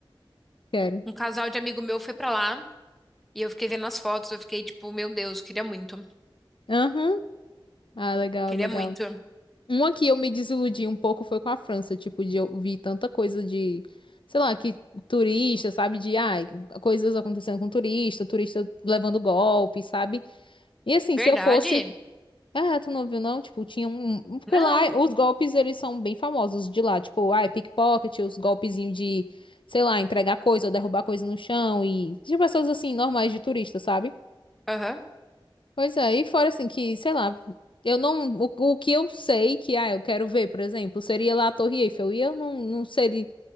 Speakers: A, on the left; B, in the centre.
A: quero.
B: Um casal de amigo meu foi pra lá e eu fiquei vendo as fotos, eu fiquei tipo, meu Deus, queria muito.
A: Aham. Ah, legal,
B: Queria
A: legal.
B: muito.
A: Uma que eu me desiludi um pouco foi com a França, tipo, de eu vi tanta coisa de, sei lá, que turista, sabe, de, ai, coisas acontecendo com turista, turista levando golpe, sabe? E assim,
B: Verdade?
A: se eu fosse, ah, tu não viu não? Tipo, tinha um, um, porque
B: Não.
A: lá os golpes, eles são bem famosos de lá, tipo, ai, pickpocket, os golpezinhos de, sei lá, entregar coisa ou derrubar coisa no chão e de pessoas assim, normais de turista, sabe?
B: Aham.
A: Pois é, e fora assim que, sei lá, eu não, o, o que eu sei que, ah, eu quero ver, por exemplo, seria lá a Torre Eiffel, e eu não, não seria,